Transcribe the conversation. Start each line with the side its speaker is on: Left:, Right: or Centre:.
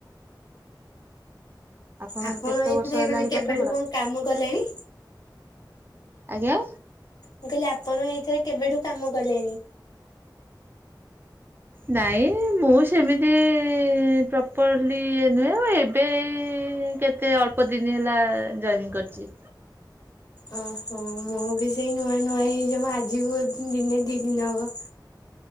Right: ଆପଣଙ୍କର
Left: ଆପଣ
Right: କେତେ
Left: ଏଇଥିରେ
Right: ବର୍ଷ ହେଲାଣି
Left: ମାନେ କେବେଠୁ
Right: ପାଠ ପଢା?
Left: କଣ କାମ କଲେଣି?
Right: ଆଜ୍ଞା!
Left: ମୁ କହିଲି ଆପଣ ଏଇଥିରେକେବେଠୁ କାମ କଲେଣି।
Right: ନାଇଁ ମୁଁ ସେମିତି ପ୍ରପର୍ଲି ଇଏ ନୁହେଁ ଏବେ ଏଇକେ ସେଅଳ୍ପ ଦିନ ହେଲା ଜଏନିଂ କରିଛି।
Left: ଓହୋ ମୁଁ ବି ସେଇ ନୂଆ ନୂଆ ହେଇଯିବ ଆଜିକୁ ଦିନେ ଦି ଦିନ ହବ।